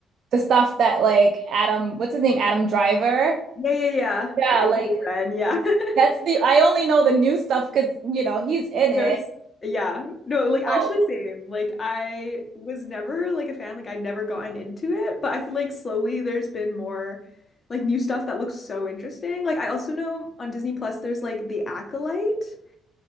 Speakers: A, on the right; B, on the left.
A: the stuff that like Adam, what's his name? Adam Driver.
B: Yeah, yeah, yeah.
A: Yeah,
B: Like
A: like
B: Kylo Ren, yeah.
A: that's
B: <laughs>
A: the I only know the new stuff because, you know, he's in
B: Yes.
A: it.
B: Yeah. No, like actually
A: Oh,
B: same. Like I was never like a fan, like I'd never gotten into it, but I feel like slowly there's been more like new stuff that looks so interesting. Like I also know on Disney Plus there's like The Acolyte.